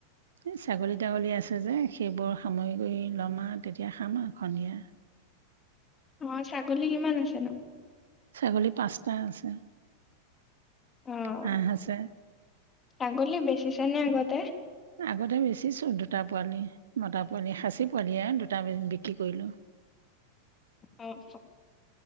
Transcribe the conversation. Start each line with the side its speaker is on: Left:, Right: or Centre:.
Right: এই ছাগলী-তাগলী আছে যে, সেইবোৰ সামৰি কৰি ল'ম আৰু তেতিয়া খাম আৰু সন্ধিয়া।
Left: অ', ছাগলী কিমান আছে নো?
Right: ছাগলী পাঁচটা আছে।
Left: অ',
Right: হাঁহ আছে
Left: ছাগলী বেচিছে নে আগতে?
Right: আগতে বেচিছো দুটা পোৱালি, মটা পোৱালি, খাচী পোৱালিয়ে দুটা বিক্ৰী কৰিলোঁ।
Left: অ',